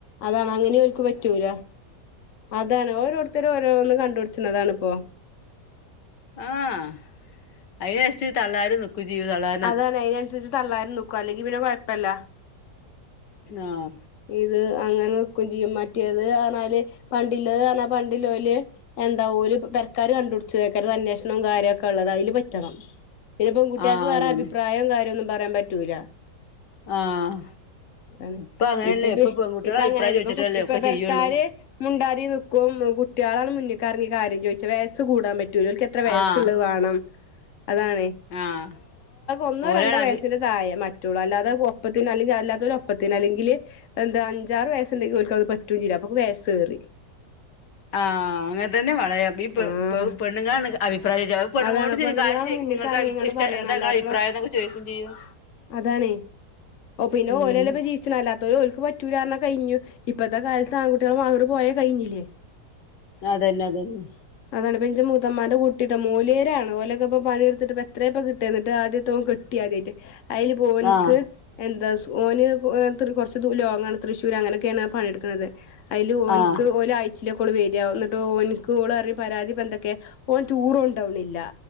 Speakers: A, on the left; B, on the left.
A: അതാണ് അങ്ങനി ഓൽക്ക് പറ്റൂല. അതാണ് ഓരോര്ത്തര് ഓരോന്ന് കണ്ട്പുട്ച്ച്ണതാണിപ്പം.
B: ആഹ്. അയ്നച്ച് തള്ളാര് നി ക്കു ചെയ്യും തള്ളാ
A: അതാണെ അതിനൻസരിച്ച് തള്ളാരും നിക്കും അല്ലെങ്കി പിന്നെ കൊഴപ്പല്ല.
B: ആഹ്
A: ഇത് അങ്ങനെ നിക്കും ചെയ്യും. മറ്റേത് ആണാല് പണ്ടില്ലത് കാണാ പണ്ടില്ലോല് എന്താ ഓര് പെരക്കാര് കണ്ട്പുട്ച്ചതേക്കരം. അതന്വേഷണും കാര്യൊക്കെ ഉള്ളത് അയ്ല് പറ്റണം. പിന്നെ പെൺകുട്ട്യാക്ക്
B: ആഹ്
A: വേറെ
B: അതന്നെ
A: അഭിപ്രായും കാര്യൊന്നും പറയാൻ പറ്റൂല.
B: ആഹ്
A: ആണ്
B: ഇപ്പൊ അങ്ങനെയല്ലേ
A: ഇപ്പൊ
B: പെൺകുട്ടികളെ
A: ഇപ്പൊ
B: അഭിപ്രായം
A: അങ്ങനെല്ല
B: ചോദിച്ചിട്ടല്ലേ
A: ഇപ്പൊ ഇപ്പ
B: ഒക്കെ
A: പെരക്കാര്
B: ചെയ്യുള്ളൂ
A: മുണ്ടാതി നിക്കും കുട്ടിയാള് മുന്നിലെകിറങ്ങി കാര്യം ചോയിച്ചും വയസ്സ് കൂടാൻ പറ്റൂല വയസ്സ്ള്ളത്
B: ആഹ്
A: വാണം അതാണേ
B: ആഹ്
A: ഒന്നോ
B: ഓരാണ്
A: രണ്ടോ വയസിന്
B: അഭി
A: താഴെ പറ്റോള്ളൂ അല്ലാതെ ഒപ്പത്തിന് അല്ലെങ്കിൽ അല്ലാത്ത ഒരു ഒപ്പത്തിന് അല്ലെങ്കിൽ എന്താ അഞ്ചാറ് വയസ്സുണ്ടെങ്കിൽഓല്ക്കത് പറ്റുല ചെയല്ല അപ്പൊ വയസ്സ് ഏറി
B: ആഹ്‌ അങ്ങനെ തന്നെ വളയാം ഈ
A: ആഹ്
B: പെണ്ണുങ്ങണ് അബിപ്രായം പെണ്ണുങ്ങളോട്
A: അതാണ് പെണ്ണുങ്ങളാണ്
B: കാര്യം ചോയ്ക്കും
A: മുന്നിക്ക്
B: നിങ്ങൾക്ക്ക്
A: ഇറങ്ങിങ്ങാണ്ട് പറയണം
B: എന്താ
A: അല്ലാതെ
B: അഭിപ്രായം എന്നൊകെ ചോയിക്കും ചെയ്യും
A: അതാണേ ഓ പിന്നെ
B: ഉം
A: ഓലലപ്പ ജീ അല്ലാത്തോര് ഒല്ക്ക് പറ്റൂല പറഞ്ഞ കഴിഞ്ഞു ഇപ്പൊത്തെ കാലത്ത് ആൺ <unintelligible> പോയ കഴിഞ്ഞില്ലേ <unintelligible>
B: അതന്നെ അത തന്നെ
A: അതാണ് ഇന്റെ മൂത്തമ്മാന്റെ കുട്ടി മോലിയേരാണ് ഓലക്ക ഇപ്പ പണി ടുത്തിട്ട് എത്രയപ്പൊ കിട്ട ആദ്യത്തോൻ കെട്ടി ആദ്യയിട്ട് അതില് പോന്ക്ക്
B: ആഹ്
A: എന്താ ഓന് കൊറച്ച് ലോങ്ങാണ് തൃശ്ശൂർ അങ്ങനെയൊക്കെയാണ് പണിയെടുക്കുന്നത് അയില് ഓനിക്ക്
B: ആഹ്
A: ഓലയ്ച്ചീലൊകെ വെര ഇന്നിട്ട് ഓനിക്ക് ഓള്റ പരാതി പ്പോ എന്തൊക്കെ ഓ ടൂറോണ്ടോണില്ല